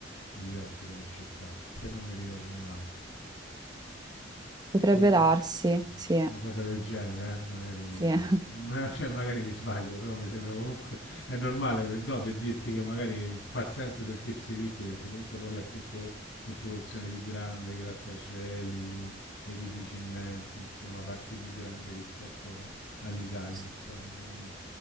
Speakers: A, on the left (about 80°); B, on the right (about 20°).
A: New York come città, se non mi ricordo male.
B: Potrebbe
A: E
B: darsi, sì,
A: una cosa del genere, eh, magari,
B: sì, <laughs>
A: ma- cioè, magari mi sbaglio, però mi sembra comunque è normale, per- no, per dirti che magari fa senso sentirsi piccoli, perché comunque quello è tutto in proporzione più grande, grattacieli, edifici immensi, insomma, parchi più grandi rispetto all'Italia,
B: sì.
A: insomma, quindi